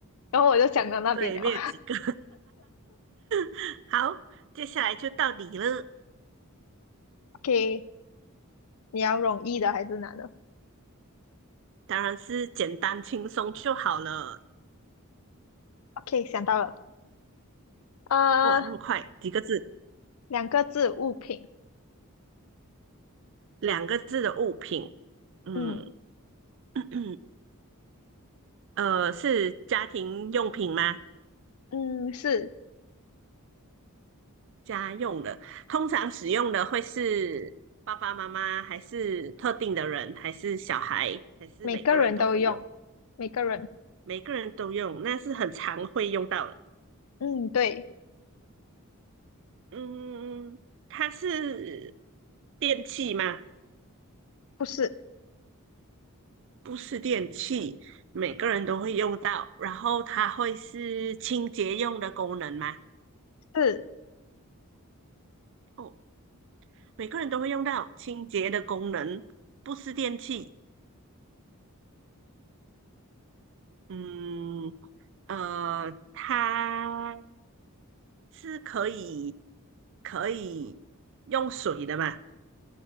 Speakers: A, on the left; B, on the right.
A: 然后我就想到那边了。
B: 对，没有几个。<laughs> 好，接下来就到你了，
A: <laughs> OK，你要容易的还是难的
B: 当然是简单轻松就好了。
A: ？OK，想到了，呃，
B: 哇，那么快，几个字？
A: 两个字物品，
B: 两个字的物品。嗯，
A: 嗯
B: <clears throat> 呃，是家庭用品吗？
A: 嗯，是
B: 家用的，通常使用的会是爸爸妈妈，还是特定的人，还是小孩，还是每个人都会用？
A: 每个人都用，每个人，
B: 每个人都用，那是很常会用到的。
A: 嗯，对，
B: 嗯，它是电器吗？
A: 不是，
B: 不是电器，每个人都会用到。然后它会是清洁用的功能吗？
A: 是，
B: 哦，每个人都会用到清洁的功能，不是电器。嗯，呃，它是可以可以用水的嘛？